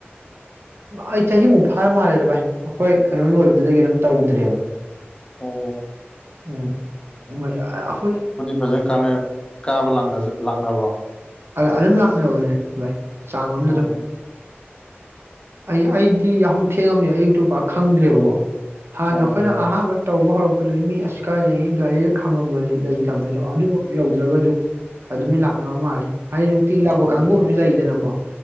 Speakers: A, on the right (about 65°); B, on the left (about 20°).
A: ꯑꯩ ꯆꯍꯤꯃꯨꯛ ꯐꯥꯔ ꯃꯥꯜꯂꯦꯗ ꯚꯥꯏ ꯑꯩꯈꯣꯏ ꯀꯩꯅꯣ ꯂꯣꯏꯕꯗꯨꯗꯒꯤ ꯑꯗꯨꯝ ꯇꯧꯗ꯭ꯔꯦꯕ
B: ꯑꯣ
A: ꯎꯝ ꯃ ꯑꯩꯈꯣꯏ
B: ꯐꯖ ꯀ ꯀꯥꯅ ꯇꯕ꯭ꯔꯣ
A: ꯑ ꯑꯗꯨꯝ ꯂꯥꯛꯅꯕꯅꯦ ꯚꯥꯏ ꯆꯥꯡ ꯑꯃꯅ
B: ꯑꯣ
A: ꯑꯗꯨꯝ ꯑꯩ ꯑꯩꯗꯤ ꯌꯥꯍꯧ ꯊꯦꯡꯉꯝꯅꯤ ꯑꯌꯨꯛꯇ ꯄꯛ ꯈꯪꯗ꯭ꯔꯦꯕꯀꯣ ꯍꯥꯟꯅ
B: ꯑꯣ
A: ꯑꯩꯈꯣꯏꯅ ꯑꯍꯥꯟꯕ ꯇꯧꯕ ꯍꯧꯔꯛꯄ ꯑꯗꯨ ꯃꯤ ꯑꯁꯤ ꯀꯥꯏꯗꯒꯤ ꯒꯥꯔꯤꯒ ꯈꯝꯃꯝꯕꯗꯤ ꯂꯩꯇꯕꯅꯤ ꯑꯗꯣ ꯑꯗꯨꯃꯛ ꯌꯧꯗ꯭ꯔꯒꯁꯨ ꯑꯗꯨꯝꯗꯤ ꯂꯥꯛꯅꯕ ꯃꯥꯜꯂꯦ ꯍꯥꯏ ꯅꯨꯡꯊꯤꯒꯔ
B: ꯑꯣ
A: ꯂꯥꯛꯄ ꯀꯥꯡꯒꯨ ꯑꯝ ꯂꯩꯗꯅ ꯑ